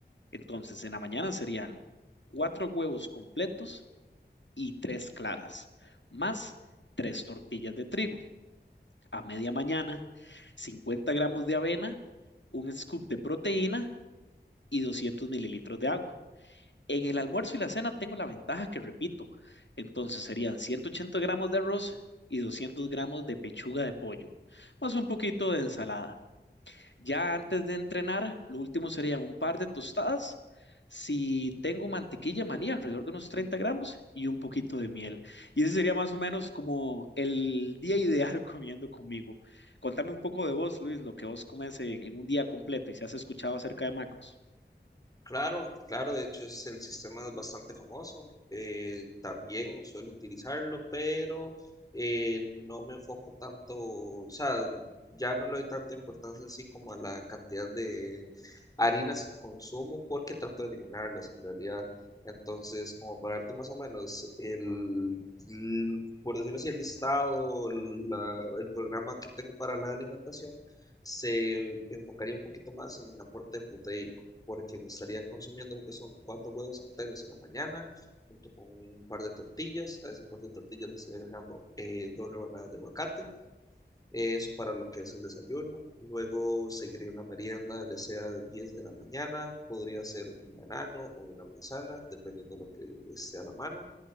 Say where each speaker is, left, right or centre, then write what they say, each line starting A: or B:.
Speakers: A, on the left; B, on the left.
A: Entonces, en la mañana serían cuatro huevos completos y tres claras, más tres tortillas de trigo. a media mañana, 50 gramos de avena, un scoop de proteína y 200 mililitros de agua. En el almuerzo y la cena tengo la ventaja que repito, entonces serían 180 gramos de arroz y 200 gramos de pechuga de pollo, más un poquito de ensalada. Ya antes de entrenar, lo último serían un par de tostadas. Si tengo mantequilla maní, alrededor de unos 30 gramos y un poquito de miel. Y ese sería más o menos como el día ideal <laughs> comiendo conmigo. Contame un poco de vos, Luis, lo que vos comes en, en un día completo y si has escuchado acerca de macros.
B: Claro, claro, de hecho es, el sistema es bastante famoso. eh, también suelo utilizarlo, pero eh, no me enfoco tanto, o sea, ya no le doy tanta importancia así como a la cantidad de harinas que consumo porque trato de eliminarlas en realidad. Entonces, como para darte más o menos el, l- por decirlo así, el listado, la- el programa que tengo para la alimentación se enfocaría un poquito más en aporte proteico, porque me estaría consumiendo lo que son cuatro huevos enteros en la mañana, junto con un par de tortillas. A ese par de tortillas le estoy agregando eh, dos rebanadas de aguacate, eh, eso para lo que es el desayuno. Luego seguiría una merienda, ya sea 10 de la mañana, podría ser un banano o una manzana, dependiendo de lo que esté a la mano.